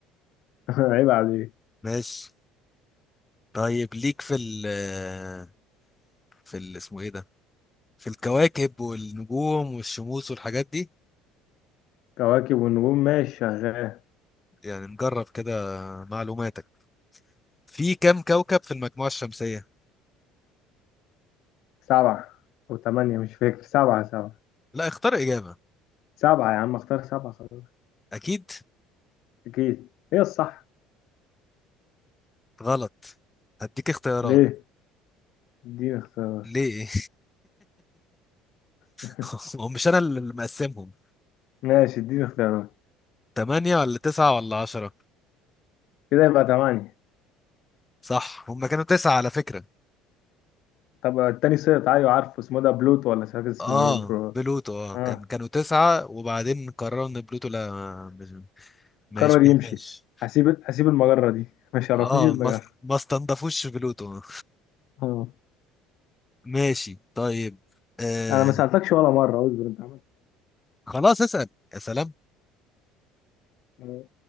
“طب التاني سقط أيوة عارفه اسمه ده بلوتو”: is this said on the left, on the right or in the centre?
Left